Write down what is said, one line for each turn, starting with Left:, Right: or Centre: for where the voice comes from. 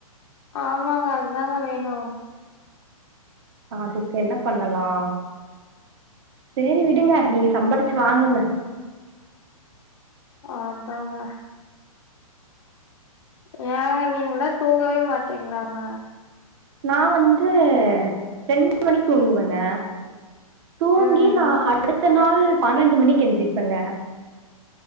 Left: ஆமாங்க அத்தாங்க வேணு
Right: அதுக்கு என்ன பண்ணலா சேரி விடுங்க நீங்க சம்பாரிச்சு வாங்குங்க
Left: ஆதாங்க ஏங்க நீங்களா தூங்கவே மாட்டீங்ளாங்க
Right: நா வந்து ரெண்டு மணிக்கு தூங்குவேங்க தூங்கி
Left: ம்
Right: நா
Left: ம்
Right: அடுத்த நாள் பன்னெண்டு மணிக்கு எந்திரிப்பேங்க